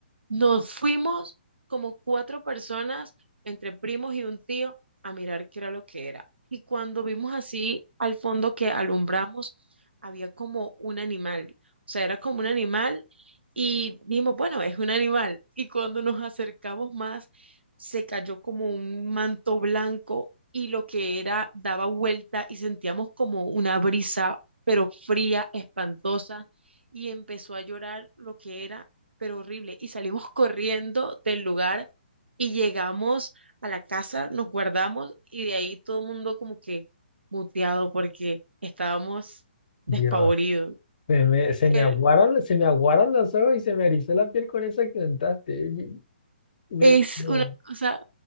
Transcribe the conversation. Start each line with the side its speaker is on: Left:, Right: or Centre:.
Right: Nos fuimos como cuatro personas, entre primos y un tío, a mirar qué era lo que era. Y cuando vimos así al fondo que alumbramos, había como un animal. O sea, era como un animal y dijimos, bueno, es un animal. Y cuando nos acercamos más, se cayó como un manto blanco y lo que era daba vuelta y sentíamos como una brisa, pero fría, espantosa. Y empezó a llorar lo que era pero horrible. Y salimos <laughs> corriendo del lugar y llegamos a la casa, nos guardamos y de ahí todo el mundo como que muteado porque estábamos despavoridos.
Left: Dios. Se me, se
Right: Er-
Left: me aguaron, se me aguaron los ojos y se me erizó la piel con eso que cantaste. Y- me-
Right: Es
Left: no.
Right: una cosa